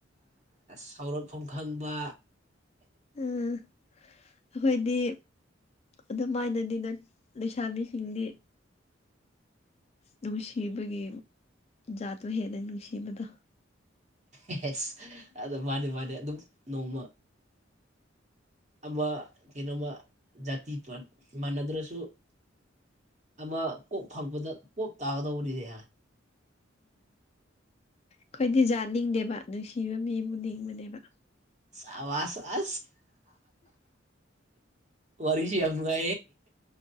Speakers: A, on the right (about 40°); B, on the left (about 30°).
A: ꯁꯥꯎꯔꯛꯐꯝ ꯈꯪꯕ
B: ꯎꯝ ꯑꯩꯈꯣꯏꯗꯤ ꯑꯗꯨꯃꯥꯏꯅꯅꯤ ꯅ ꯂꯩꯁꯥꯕꯤꯁꯤꯡꯗꯤ ꯅꯨꯡꯁꯤꯕꯒꯤ ꯖꯥꯠ ꯍꯦꯟꯅ ꯅꯨꯡꯁꯤꯕꯗ
A: ꯑꯦꯁ ꯑꯗ ꯃꯥꯅꯦ ꯃꯥꯅꯦ ꯑꯗꯨꯝ ꯅꯣꯡꯃ ꯑꯃ ꯀꯩꯅꯣꯃ ꯖꯥꯇꯤ ꯄꯠ ꯃꯥꯟꯅꯗ꯭ꯔꯁꯨ ꯑꯃ ꯀꯣꯛ ꯐꯪꯄꯗ ꯀꯣꯞ ꯇꯥꯒꯗꯧꯕꯔꯤꯅꯦ
B: ꯑꯩꯈꯣꯏꯗꯤꯖꯥꯠꯅꯤꯡꯗꯦꯕ ꯅꯨꯡꯁꯤꯕ ꯃꯤ ꯑꯃ ꯅꯤꯡꯕꯅꯦꯕ
A: ꯁꯋꯥꯁ ꯑ ꯋꯥꯔꯤꯔꯤꯁꯤ ꯌꯥꯝꯒ